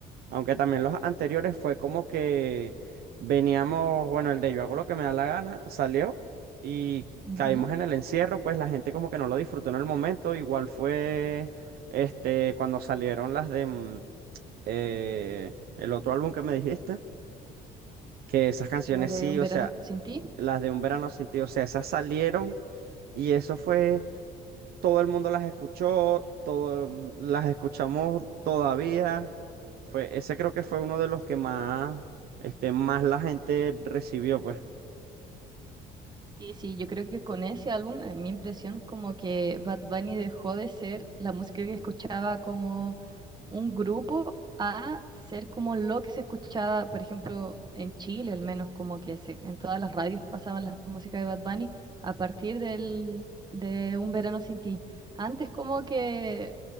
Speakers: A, on the right (about 65°); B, on the right (about 25°).
A: Aunque también los anteriores fue como que veníamos, bueno, el de yo hago lo que me da la gana, salió y
B: Ujú,
A: caímos
B: ujú.
A: en el encierro, pues la gente como que no lo disfrutó en el momento, igual fue este cuando salieron las de mm, eh, el otro álbum que me dijiste, que esas canciones
B: La de
A: sí,
B: Un
A: o
B: verano
A: sea,
B: sin ti.
A: las de Un Verano Sin Ti, o sea, esas salieron y eso fue todo el mundo las escuchó, todo, las escuchamos todavía. Fue, ese creo que fue uno de los que más, este, más la gente recibió, pues.
B: Sí, sí, yo creo que con ese álbum, en mi impresión, como que Bad Bunny dejó de ser la música que escuchaba como un grupo a ser como lo que se escuchaba, por ejemplo, en Chile, al menos como que se, en todas las radios pasaban las músicas de Bad Bunny a partir del, de Un Verano Sin Ti. Antes como que